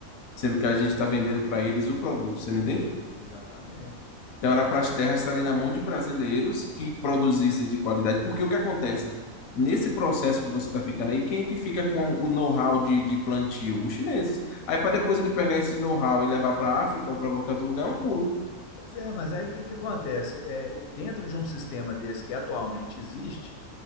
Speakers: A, on the left; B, on the left.
A: sendo que a gente está vendendo para eles o produto, você me entende?
B: exatamente.
A: Então, era para as terras estarem na mão de brasileiros que produzissem de qualidade, porque o que acontece? Nesse processo que você está ficando aí, quem é que fica com o know-how de, de plantio? Os chineses. Aí, para depois ele pegar esse know-how e levar para a África ou para qualquer outro lugar, é um pulo.
B: Pois é, mas aí o que, que acontece? É, dentro de um sistema desse que atualmente existe,